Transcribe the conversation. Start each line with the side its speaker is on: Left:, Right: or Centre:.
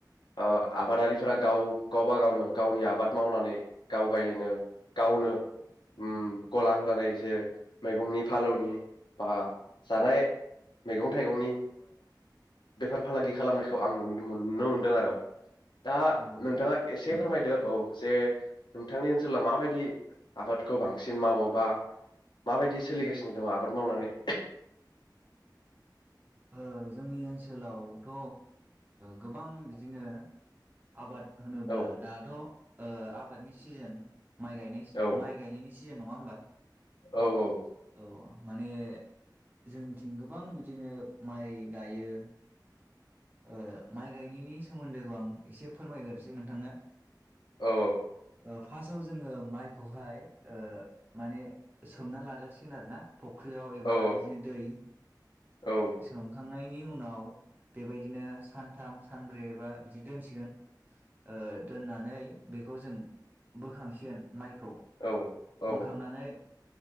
Left: ओ आबादारिफोरा गाव गावबा गावनो गावनि आबाद मावनानै गाव गायोनो गावनो उम गला होलाबायो जे मैगंनि फालौनि बा जानाय मैगं थाइगंनि बेफार फालांगि खालामनायखौ आं नुनो मोनदों आरो दा
Right: औ
Left: नोंथाङा एसे एसे फोरमायदो औ जे नोंथांनि ओनसोलाव माबायदि आबादखौ बांसिन मावोबा माबायदि सोलिगासिनो दङ आबाद मावनानै
Right: ओ जोंनि ओनसोलावथ' गोबां बिदिनो आबाद होनोब्ला
Left: औ
Right: दाथ' ओ आबादनि सिजोन माइ गाय
Left: औ
Right: माइ गायनायनि सिजेन नङा होमबा
Left: औ औ
Right: औ माने जोंथिं गोबां बिदिनो माइ गायो ओ माइ गायनायनि सोमोन्दोखौ आं एसे फोरमायग्रोसै नोंथांनो
Left: औ
Right: ओ फार्स्टआव जोङो माइखौहाय माने सोमना लागोरसिगोन आरो ना फख्रियाव एबा
Left: औ
Right: इदिनो दै
Left: औ
Right: सोमखांनायनि उनाव बेबायदिनो सानथाम सानब्रैबा बिदि दोनसिगोन ओ दोननानै बेखौ जों बोखांसिगोन माइखौ
Left: औ औ
Right: बोखांनानै